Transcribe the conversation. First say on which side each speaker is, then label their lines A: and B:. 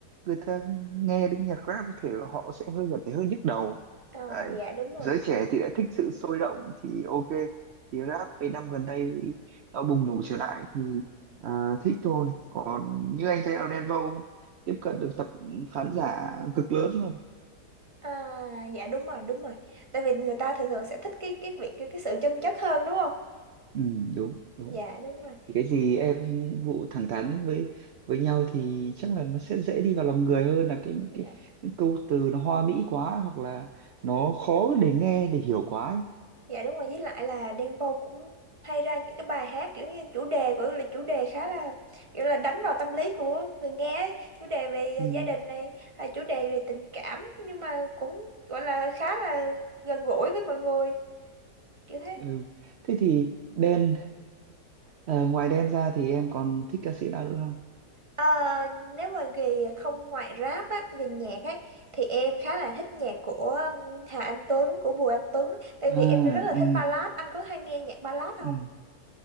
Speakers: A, on the right; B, on the right.
A: người ta nghe đến nhạc rap có thể là họ sẽ hơi cảm thấy hơi nhức đầu
B: ờ
A: đấy
B: dạ đúng rồi
A: giới trẻ thì lại thích sự sôi động thì ok thì rap mấy năm gần đây nó bùng nổ trở lại thì À, thích thôi còn như anh thấy là Đen Vâu tiếp cận được tập khán giả cực lớn luôn
B: à dạ đúng rồi đúng rồi tại vì người ta thường thường sẽ thích cái cái việc cái, cái sự chân chất hơn đúng không
A: ừ, đúng đúng
B: dạ đúng rồi
A: thì cái gì em vụ thẳng thắn với với nhau thì chắc là nó sẽ dễ đi vào lòng người hơn là cái
B: dạ
A: cái, những câu từ nó hoa mỹ quá hoặc là nó khó để nghe để hiểu quá ấy.
B: Dạ đúng rồi, với lại là Đen Vâu cũng hay ra những cái bài hát kiểu như chủ đề gọi là chủ đề khá là kiểu là đánh vào tâm lý của người nghe ấy. chủ đề về ờ,
A: ừ,
B: gia đình này à, chủ đề về tình cảm nhưng mà cũng gọi là khá là gần gũi với mọi người kiểu thế
A: ừ. thế thì Đen à, ngoài Đen ra thì em còn thích ca sĩ nào nữa không
B: Ờ, nếu mà về không ngoại rap á về nhạc ấy thì em khá là thích nhạc của um, Hà Anh Tuấn của Bùi Anh Tuấn tại vì
A: à
B: em rất là
A: ừ,
B: thích ballad anh có hay nghe nhạc ballad không
A: ừ.